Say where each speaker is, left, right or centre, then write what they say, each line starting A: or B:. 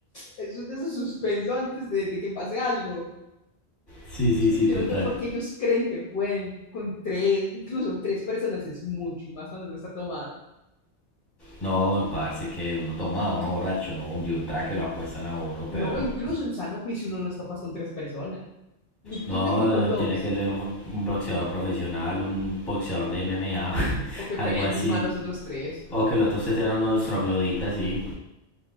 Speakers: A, on the left (about 55°); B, on the left (about 20°).
A: Eso es de ese suspenso antes de, de que pase algo.
B: Sí, sí,
A: Yo
B: sí, total.
A: no sé por qué ellos creen que pueden con tres, incluso tres personas es mucho y más cuando uno está tomado.
B: No, parce, que uno tomado, uno borracho, no, un, de un traque lo acuestan a uno, perro.
A: No, incluso en sano juicio uno no es capaz con tres personas. Ni,
B: No,
A: ¿Tú crees que ni con dos?
B: tiene que ser un, un boxeador profesional, un boxeador de MMA, <laughs>
A: O que
B: algo
A: peleen
B: así.
A: muy mal los otros tres.
B: O que los otros tres eran unos trogloditas, sí.